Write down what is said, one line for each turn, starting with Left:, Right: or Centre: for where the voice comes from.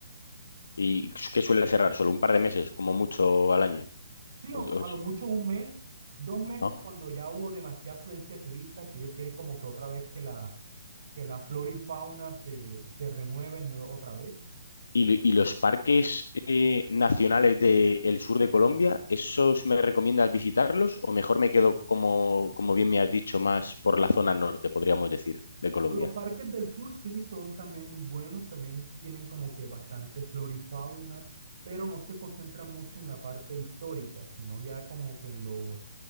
Left: ¿Y qué suele cerrar? ¿Solo un par de meses, como mucho al año?
Right: Sí,
Left: O-
Right: o
Left: o-
Right: a lo mucho un mes, dos meses
Left: ¿no?
Right: cuando ya hubo demasiada afluencia de turistas, que ellos quieren como que otra vez que la, que la flora y fauna se, se renueven nue- otra vez.
Left: ¿Y, y los parques eh, nacionales del sur de Colombia, esos me recomiendas visitarlos o mejor me quedo, como, como bien me has dicho, más por la zona norte, podríamos decir, de Colombia?
Right: Los parques del sur sí son también muy buenos, también tienen como que bastante flora y fauna, pero no se concentran mucho en la parte histórica, sino ya como que en los,